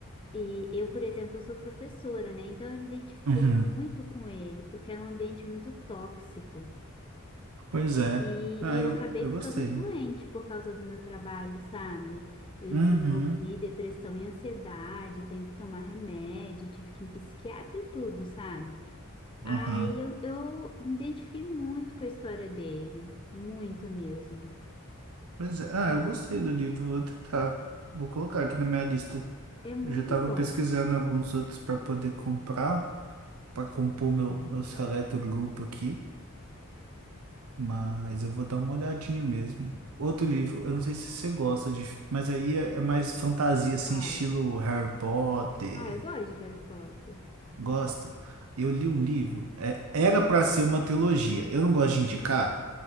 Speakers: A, on the left; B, on the right.
A: E eu, por exemplo, sou professora, né? Então eu me identifiquei
B: Uhum.
A: muito com ele, porque era um ambiente muito tóxico.
B: Pois é.
A: E,
B: Ah,
A: e eu
B: eu,
A: acabei
B: eu
A: ficando
B: gostei.
A: doente por causa do meu trabalho, sabe? Eu
B: Uhum.
A: desenvolvi depressão e ansiedade, tenho que tomar remédio, tive que ir em psiquiatra e tudo, sabe? Aí
B: Uhum.
A: eu, eu me identifiquei muito com a história dele, muito mesmo.
B: Pois é. Ah, eu gostei do livro, vou tentar. Vou colocar aqui na minha lista.
A: É muito
B: Eu já tava
A: bom.
B: pesquisando alguns outros para poder comprar, para compor meu, meu seleto grupo aqui. Mas eu vou dar uma olhadinha mesmo. Outro livro, eu não sei se você gosta de, mas aí é, é mais fantasia, assim,
A: Uau.
B: estilo Harry Potter.
A: Ah, eu gosto de Harry Potter.
B: Gosta? Eu li um livro, é, era para ser uma trilogia. Eu não gosto de indicar,